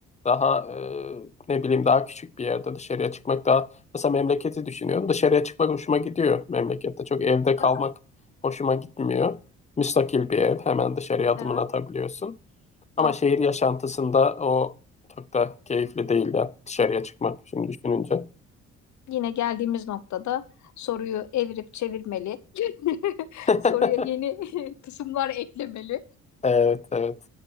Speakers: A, on the left; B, on the left.
A: Daha e, ne bileyim daha küçük bir yerde dışarıya çıkmak daha mesela memleketi düşünüyorum. Dışarıya çıkmak hoşuma gidiyor memlekette. Çok evde kalmak
B: Değil mi?
A: hoşuma gitmiyor. Müstakil bir ev hemen dışarıya adımını
B: Evet.
A: atabiliyorsun. Ama
B: Ah,
A: şehir yaşantısında o çok da keyifli değil ya dışarıya çıkmak şimdi düşününce.
B: yine geldiğimiz noktada soruyu evirip çevirmeli. <laughs>
A: <laughs>
B: Soruya yeni <laughs> kısımlar eklemeli.
A: Evet evet.